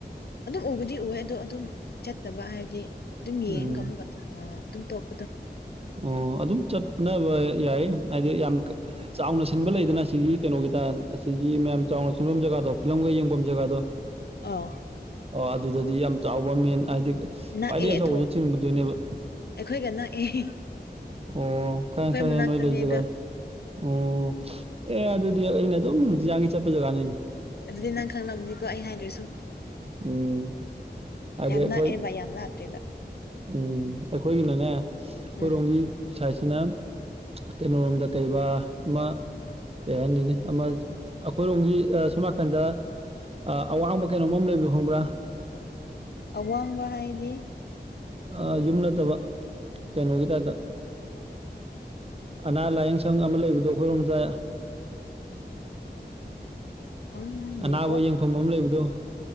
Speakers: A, on the left; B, on the right.
A: ꯑꯗꯨꯝ ꯎꯕꯗꯤ ꯎꯋꯦ ꯑꯗꯣ ꯑꯗꯨꯝ ꯆꯠꯇꯕ ꯍꯥꯏꯗꯤ ꯑꯗꯨꯝ ꯌꯦꯡꯉꯒ
B: ꯎꯝ
A: ꯑꯃꯨꯛꯀ ꯑꯗꯨꯝ ꯇꯣꯛꯄꯗꯣ
B: ꯑꯣ ꯑꯗꯨꯝ ꯆꯠꯅꯕ ꯌꯥꯏ ꯍꯥꯏꯗꯤ ꯌꯥꯝ ꯆꯥꯎꯅ ꯁꯤꯟꯕ ꯂꯩꯗꯅ ꯑꯁꯤꯒꯤ ꯀꯩꯅꯣꯒꯤ ꯑꯁꯤꯒꯤ ꯃꯌꯥꯝ ꯆꯥꯎꯅ ꯁꯤꯟꯐꯝ ꯖꯒꯥꯗꯣ ꯐꯤꯂꯝꯒ ꯌꯦꯡꯐꯝ ꯖꯒꯥꯗꯣ
A: ꯑꯥꯎ
B: ꯑꯣ ꯑꯗꯨꯗꯗꯤ ꯌꯥꯝ ꯆꯥꯎꯕ ꯃꯦꯟ ꯍꯥꯏꯗꯤ
A: ꯅꯛꯑꯦ
B: ꯈ꯭ꯋꯥꯏꯗꯒꯤ ꯑꯆꯧꯕꯗꯨ
A: ꯑꯗꯣ
B: ꯆꯤꯡꯒꯗꯣꯏꯅꯦꯕ
A: ꯑꯩꯈꯣꯏꯒ ꯅꯛꯑꯦ
B: ꯑꯣ ꯈꯪꯉꯦ ꯈꯪꯉꯦ
A: ꯃꯅꯥꯛꯇꯅꯦ
B: ꯅꯣꯢ ꯂꯩ ꯖꯒꯥꯁꯦ
A: ꯑꯗꯣ
B: ꯑꯣ ꯑꯦ ꯑꯗꯨꯗꯤ ꯑꯩꯅ ꯑꯗꯨꯝ ꯅꯨꯡꯇꯤꯖꯥꯡꯒꯤ ꯆꯠꯄ ꯖꯒꯥꯅꯤꯅꯦ
A: ꯑꯗꯨꯗꯤ ꯅꯪ ꯈꯪꯂꯝꯅꯤꯀꯣ ꯑꯩ ꯍꯥꯏꯗ꯭ꯔꯁꯨ
B: ꯎꯝ ꯍꯥꯏꯗꯤ
A: ꯌꯥꯝ
B: ꯑꯩꯈꯣꯏ
A: ꯅꯛꯑꯦꯕ ꯌꯥꯝ ꯂꯥꯞꯇꯦꯕ
B: ꯎꯝ ꯑꯩꯈꯣꯏꯒꯤꯅꯅꯦ ꯑꯩꯈꯣꯏꯔꯣꯝꯒꯤ
A: ꯎꯝ
B: ꯁꯥꯏꯗꯁꯤꯅ ꯀꯩꯅꯣꯔꯣꯝꯗ ꯀꯩꯕꯥ ꯑꯃ ꯀꯩ ꯍꯥꯏꯅꯤꯅꯦ ꯑꯃ ꯑꯩꯈꯣꯏꯔꯣꯝꯒꯤ ꯑ ꯁꯣꯝ ꯅꯥꯀꯟꯗ ꯑ ꯑꯋꯥꯡꯕ ꯀꯩꯅꯣꯝꯃ ꯑꯃ ꯂꯩꯕꯗꯣ ꯈꯪꯕ꯭ꯔꯥ
A: ꯑꯋꯥꯡꯕ ꯍꯥꯏꯗꯤ
B: ꯑ ꯌꯨꯝ ꯅꯠꯇꯕ ꯀꯩꯅꯣꯒꯤ ꯇꯥꯏꯞꯇ ꯑꯅꯥ ꯂꯥꯏꯌꯦꯡ ꯁꯪ ꯑꯃ ꯂꯩꯕꯗꯣ ꯑꯩꯈꯣꯏꯔꯣꯝꯗ
A: <inaudible> ꯈꯪꯗꯦꯕꯣ
B: ꯑꯅꯥꯕ ꯌꯦꯡꯐꯝ ꯑꯃ ꯂꯩꯕꯗꯣ